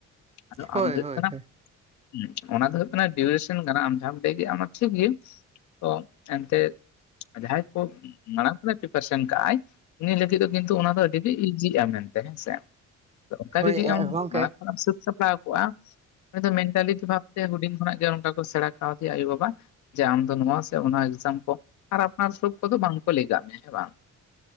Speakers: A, on the left; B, on the right.
A: ᱟᱫᱚ
B: ᱦᱳᱭ
A: ᱟᱢ ᱫᱚ ᱦᱩᱭᱩᱜ
B: ᱦᱳᱭ
A: ᱠᱟᱱᱟᱢ
B: ᱦᱳᱭ
A: ᱦᱸ ᱚᱱᱟ ᱫᱚ ᱦᱳᱭᱩᱜ ᱠᱟᱱᱟ ᱰᱤᱭᱩᱨᱮᱥᱚᱱ ᱠᱟᱱᱟ ᱟᱢ ᱡᱟᱦᱟᱢ ᱟᱢ ᱞᱟᱹᱭ ᱫᱮ ᱟᱢ ᱴᱷᱤᱠ ᱜᱤ ᱛᱚ ᱮᱱᱛᱮᱡ ᱡᱟᱦᱟᱸᱭ ᱠᱚ ᱢᱟᱲᱟᱝ ᱠᱷᱚᱱᱟᱜ ᱯᱨᱤᱯᱟᱨᱮᱥᱚᱱ ᱠᱟᱜᱼ ᱟᱭ ᱩᱱᱤ ᱞᱟᱹᱜᱤᱫ ᱫᱚ ᱠᱤᱱᱛᱩ ᱚᱱᱟ ᱫᱚ ᱟᱹᱰᱤ ᱤᱡᱤᱜᱼᱟ ᱢᱮᱱᱛᱮ ᱦᱮᱸᱥᱮ ᱚᱱᱠᱟ
B: ᱦᱳᱭ
A: ᱡᱩᱫᱤ ᱟᱢ
B: ᱜᱚᱝᱠᱮ
A: ᱢᱟᱲᱟᱝ ᱠᱷᱚᱱᱟᱜ ᱮᱢ ᱥᱟᱹᱛ ᱥᱟᱯᱲᱟᱣ ᱠᱚᱜ-ᱟ ᱩᱱ ᱫᱚ ᱢᱮᱱᱴᱟᱞᱤ ᱡᱷᱟᱵ ᱡᱮ ᱦᱩᱰᱤᱧ ᱠᱷᱚᱱᱟᱜ ᱜᱮ ᱚᱱᱠᱟ ᱠᱚ ᱥᱮᱬᱟ ᱠᱟᱣᱫᱤᱭᱟ ᱟᱭᱳ ᱵᱟᱵᱟ ᱡᱮ ᱟᱢ ᱫᱚ ᱱᱚᱣᱟ ᱥᱮ ᱚᱱᱟ ᱮᱠᱡᱟᱢ ᱠᱚ ᱟᱨ ᱟᱯᱱᱟᱨ ᱥᱩᱵ ᱠᱚᱫᱚ ᱵᱟᱝ ᱠᱚ ᱞᱟᱹᱜ ᱠᱟᱜ ᱢᱮᱭᱟ ᱦᱮᱸ ᱵᱟᱝ